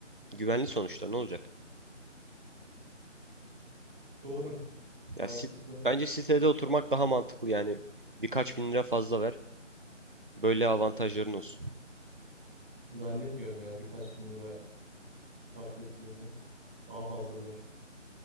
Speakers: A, on the right; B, in the centre.
A: güvenli sonuçta ne olacak?
B: Doğru. Mantıklı.
A: Ya sit, bence sitede oturmak daha mantıklı yani birkaç bin lira fazla ver. Böyle avantajların olsun.
B: Zannetmiyorum ya birkaç bin lira fark ettiğini. Daha fazladır.